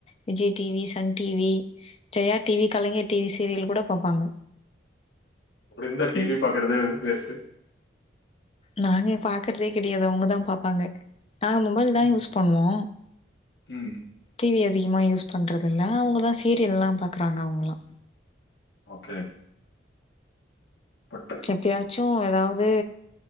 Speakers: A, on the left; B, on the left.
A: Vijay T V Sun T V Jaya T V Kalaignar T V serial கூட பாப்பாங்க
B: இப்பிடிர்ந்தா டி
A: ம்.
B: வி பாக்கறதே வேஸ்டு
A: நாங்க பாக்கறதே கெடையாது அவொங்கதா பாப்பாங்க நாங்க மொபைல்தா யூஸ்
B: ம்.
A: பண்ணுவோ
B: ம்.
A: டி வி அதிகமா யூஸ் பண்றதில்ல அவங்கதா சீரியல்ல பாக்குறாங்க அவங்களா
B: ஓகே பட்டு
A: எப்பயாச்சூ எதாவதூ